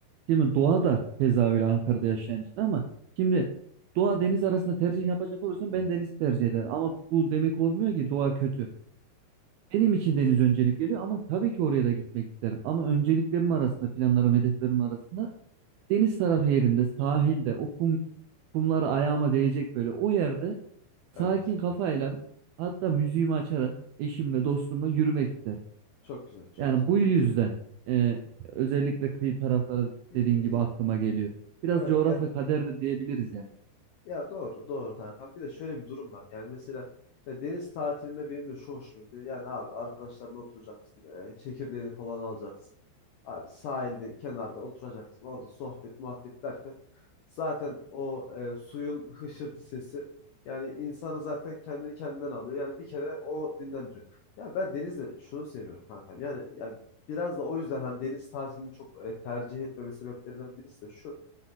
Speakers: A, on the right; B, on the left.
A: Şimdi doğa da keza öyle Ankara'da yaşayan için ama şimdi doğa deniz arasında tercih yapacak olursan ben denizi tercih ederim. Ama bu demek olmuyor ki doğa kötü. Benim için deniz öncelik geliyor ama tabii ki oraya da gitmek isterim. Ama önceliklerim arasında, planlarım, hedeflerim arasında deniz tarafı yerinde, sahilde, o kum Kumlar ayağıma değecek böyle. O yerde sakin
B: Evet.
A: kafayla hatta müziğimi açarak eşimle dostumla yürümek isterim.
B: Çok güzel, çok
A: Yani
B: güzel,
A: bu
B: çok
A: yüzden
B: güzel kanka.
A: e, özellikle kıyı tarafları
B: İyi-
A: dediğin gibi
B: iyi.
A: aklıma geliyor. Biraz
B: Evet
A: coğrafya
B: yani
A: kader de diyebiliriz yani.
B: Ya doğru, doğru kanka. Bir de şöyle bir durum var. Yani mesela ya deniz tatilinde benim de şu hoşuma gidiyor. Yani abi arkadaşlarla oturacaksın. e, çekirdeğini kolan alacaksın. Abi sahilde, kenarda oturacaksın. Orada sohbet, muhabbet derken zaten o e, suyun hışırtı sesi yani insanı zaten kendini kendinden alıyor. Yani bir kere o dinlendiriyor. Ya ben denizde şunu seviyorum kankam. Yani, yani biraz da o yüzden hani deniz tatilini çok e, tercih etmeme sebeplerinden birisi de şu.